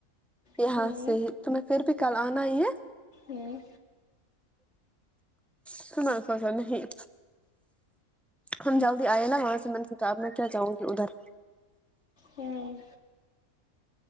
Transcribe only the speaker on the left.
ہاں
ہوں
ہوں